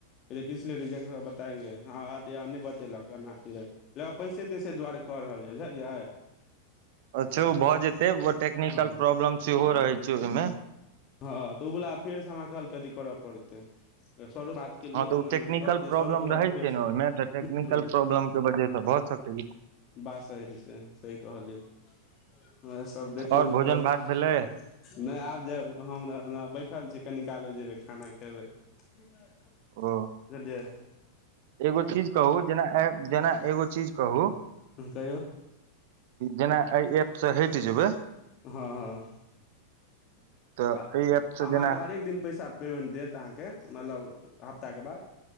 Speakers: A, on the left; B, on the right.
A: किसलिए रिजेक्ट हुआ बताएंगे हाँ न बतेलक पैसे तै। तै दुआरे कऽ रहल यै बुझलियै।
B: अच्छा ओ भऽ जेतै ओ टेक्निकल
A: हँ
B: प्रॉब्लम सेहो रहैत छै ओहिमें।
A: हँ तऽ ओ वला फेर से हमरा कहलकै कर पड़ते स केलियै
B: हँ तऽ
A: अना
B: ओ टेक्निकल
A: अना कहलियै
B: प्रॉब्लम
A: सरो कहलियै
B: रहै
A: फेर
B: छै
A: से
B: ने ओहिमे तऽ टेक्निकल
A: हूं।
B: प्रॉब्लम के वजह से भऽ सकै
A: बात सही छै सही कहलियै उएह सब देखियौ
B: आओर भोजन
A: काल्हि।
B: भात भेलै
A: नै आब जाएब हम बैठल छी कनी काल मे जेबै खाना खेबै। बुझलियाय
B: ओ एगो चीज कहूं जेना अइ जेना एगो चीज कहूं।
A: कहियौ
B: जेना एहि ऐप सँ हटि जेबै।
A: हाँ हाँ
B: तऽ
A: त
B: एहि एप से
A: अहाँके
B: जेना
A: हरेक दिन पैसा। पेमेन्ट देत अहाँके मतलब हफ्ताके बाद